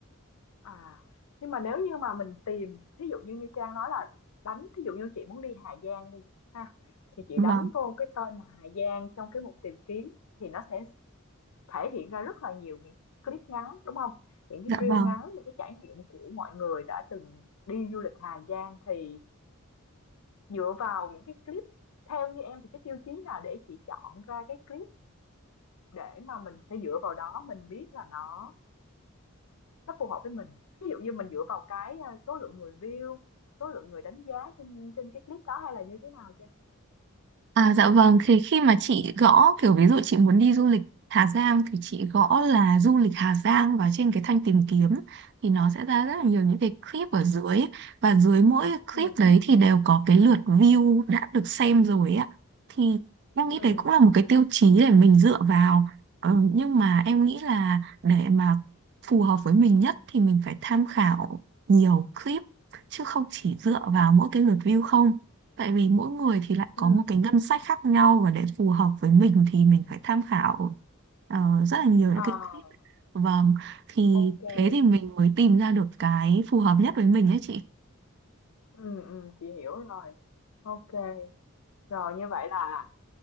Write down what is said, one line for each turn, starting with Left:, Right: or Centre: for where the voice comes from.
Left: à, nhưng mà nếu như mà mình tìm thí dụ như như Trang nói là đánh thí dụ như chị muốn đi Hà Giang đi ha, thì chị
Right: Vâng,
Left: đánh vô cái tên là Hà Giang trong cái mục tìm kiếm thì nó sẽ thể hiện ra rất là nhiều những clip ngắn, đúng không? Những cái
Right: dạ
Left: reel
Right: vâng.
Left: ngắn, những cái trải nghiệm của mọi người đã từng đi du lịch Hà Giang thì dựa vào những cái clip theo như em thì cái tiêu chí nào để chị chọn ra cái clip Để mà mình phải dựa vào đó mình biết là nó nó phù hợp với mình. Ví dụ như mình dựa vào cái, à, số lượng người view, số lượng người đánh giá trên trên cái clip đó hay là như thế nào Trang?
Right: À, dạ vâng, thì khi mà chị gõ kiểu ví dụ chị muốn đi du lịch Hà Giang thì chị gõ là du lịch Hà Giang và trên cái thanh tìm kiếm thì nó sẽ ra rất là nhiều những cái clip ở dưới và dưới mỗi
Left: Ừ
Right: clip đấy thì đều có cái lượt view đã được xem rồi ạ. Thì em nghĩ đấy
Left: ừ
Right: cũng là một cái tiêu chí để mình dựa vào. Ờ, nhưng mà em nghĩ là để mà phù hợp với mình nhất thì mình phải tham khảo nhiều clip chứ không chỉ dựa vào mỗi cái lượt view không. Tại vì mỗi người thì lại
Left: ừ.
Right: có một cái ngân sách khác nhau và để phù hợp với mình thì mình phải tham khảo ờ, rất là nhiều những
Left: À
Right: cái clip. Vâng, thì
Left: ok. Ừ
Right: thế thì mình mới tìm ra được cái phù hợp nhất với mình ấy chị.
Left: ừ chị hiểu rồi. Ok. rồi như vậy là